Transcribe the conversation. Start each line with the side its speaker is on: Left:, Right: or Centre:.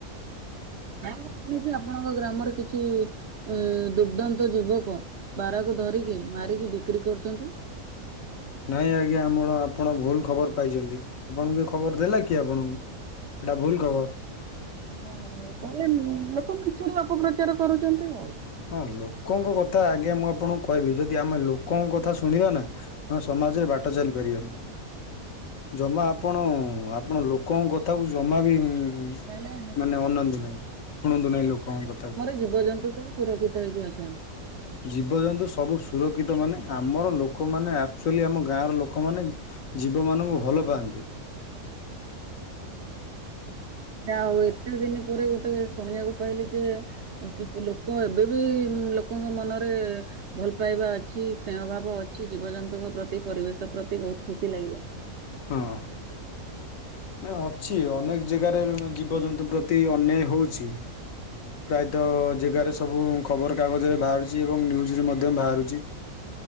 Right: ହଁ ମୁଁ ଶୁଣିଛି ଆପଣଙ୍କ ଗ୍ରାମର କିଛି ଏ ଦୁର୍ଦ୍ଦାନ୍ତ ଯୁବକ ବାରାକୁ ଧରିକି ମାରିକି ବିକ୍ରି କରୁଛନ୍ତି।
Left: ନାଇଁ ଆଜ୍ଞା ଆମର ଆପଣ ଭୁଲ ଖବର ପାଇଛନ୍ତି। ଆପଣଙ୍କୁ ଏ ଖବର ଦେଲା କିଏ ଆପଣଙ୍କୁ ଏଇଟା ଭୁଲ ଖବର।
Right: ଓ ହୋ ତାହେଲେ ଲୋକ ମିଛରେ ଅପପ୍ରଚାର କରୁଛନ୍ତି ଆଉ।
Left: ହଁ ଲୋକଙ୍କ କଥା ଆଜ୍ଞା ମୁଁ ଆପଣଙ୍କୁ କହିବି, ଯଦି ଆମେ ଲୋକଙ୍କ କଥା ଶୁଣିବା ନା ଆମେ ସମାଜରେ ବାଟ ଚାଲିପାରିବାନି। ଜମା ଆପଣ ଆପଣ ଲୋକଙ୍କ କଥାକୁ ଜମା ବି ମାନେ
Right: ତାହେଲେ
Left: ଅନାନ୍ତୁ ନାହିଁ ଶୁଣନ୍ତୁ ନାହିଁ ଲୋକ ଙ୍କ କଥାକୁ।
Right: ଜୀବ ଜନ୍ତୁ ସବୁ ସୁରକ୍ଷିତ ହେଇକି ଅଛନ୍ତି।
Left: ଜୀବଜନ୍ତୁ ସବୁ ସୁରକ୍ଷିତ ମାନେ ଆମର ଲୋକମାନେ ଆକ୍ଚୁଲି ଆମ ଗାଁର ଲୋକ ମାନେ ଜୀବ ମାନଙ୍କୁ ଭଲ ପାଆନ୍ତି।
Right: ଆଉ ଏତେ ଦିନ ପରେ ଗୋଟେ ଶୁଣିବାକୁ ପାଇଲି ଯେ କିଛି ଲୋକ ଏବେ ବି ଲୋକ ଙ୍କ ମନରେ। ଭଲ ପାଇବା ଅଛି ସ୍ନେହ୍ ଭାବ ଅଛି ଜୀବଜନ୍ତୁ ଙ୍କ ପ୍ରତି ପରିବେଶ ପ୍ରତି ବହୁତ ଖୁସି ଲାଗିଲା।
Left: ହଁ। ନାଁ ଅଛି ଅନେକ ଜାଗା ରେ ଜୀବଜନ୍ତୁ ପ୍ରତି ଅନ୍ୟାୟ ହଉଛି ପ୍ରାୟ ତ ଜେଗା ରେ ସବୁ ଖବର କାଗଜ ରେ ବାହାରୁଛି ଏବଂ ନ୍ୟୁଜ୍ ରେ ମଧ୍ୟ ବାହାରୁଛି।